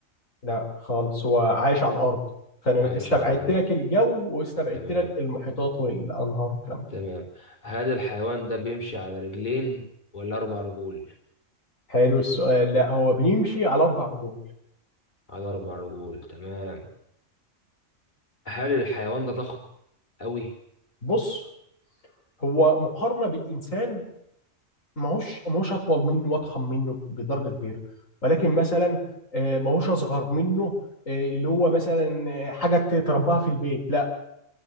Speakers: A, on the left; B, on the left.
A: لا خالص هو عايش على الارض فانا
B: عايش
A: استبعدت
B: على الأرض
A: لك الجو واستبعدت
B: تمام
A: لك المحيطات والانهار والكلام ده
B: تمام هل الحيوان ده بيمشي على رجلين ولا أربع رجول
A: حلو السؤال لا هو بيمشي على اربع رجول
B: على أربع رجول تمام هل الحيوان ده ضخم أوي
A: بص هو مقارنه بالانسان ماهوش ماهوش اطول منه واضخم منه بدرجه كبيره ولكن مثلا آه، ماهوش اصغر منه آه، اللي هو مثلا آه، حاجه تربيها في البيت لا